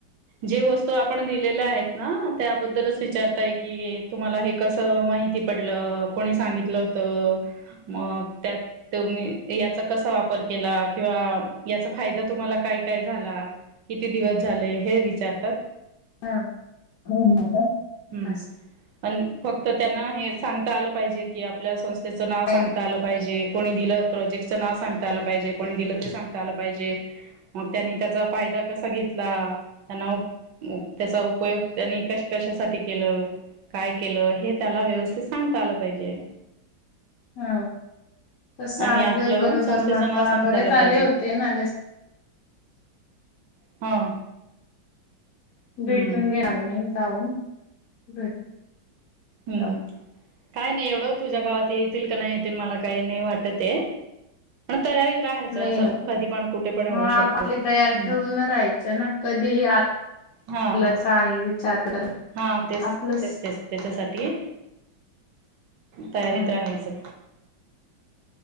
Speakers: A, on the right; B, on the left.
A: जे वस्तू आपण दिलेल्या आहेत ना त्याबद्दलच विचारताय की तुम्हाला हे कसं माहिती पडलं कोणी सांगितलं. मग त्यात याचा कसा वापर केला किंवा या फायदा तुम्हाला काय काय झाला किती दिवस झाले हे विचारतात
B: हा.
A: हम्म. पण फक्त त्यांना हे सांगता आलं पाहिजे की आपल्या संस्थेचं नाव
B: काय
A: सांगता आलं पाहिजे. कोणी दिलं प्रोजेक्टचं नाव सांगता आलं पाहिजे कोणी दिलं ते सांगता आलं पाहिजे. मग त्यांनी त्याचा फायदा कसा घेतला त्यांना त्याचा. उपयोग त्यांनी कश कशासाठी केलं. काय केलं हे त्याला व्यवस्थित सांगता आलं पाहिजे.
B: हा. तस
A: आणि
B: आज
A: आपलं
B: गरोदर
A: संस्थेचं
B: माता
A: नाव सांगता
B: बरे
A: आलं पाहिजे
B: आले होते ना ल.
A: हा. हम्म
B: भेटून घेणार मी जाऊन घरी..
A: हम्म
B: जाऊन.
A: काय नाही एवढं तुझ्या गावात येतील का नाही. मला काही नाही वाटत ते तयारीत राहायचं
B: नाही
A: असं
B: येणार का?
A: कधी पण कुठे पण होऊ
B: हा
A: शकत
B: आपली तयारी
A: हम.
B: ठेवून राहायचं ना कधीही
A: हा
B: आलं
A: तेच
B: काय विचारलं तर
A: हा तेच
B: आपलंच
A: तेच तेच त्याच्यासाठी. तयारीत
B: हा
A: राहायचं.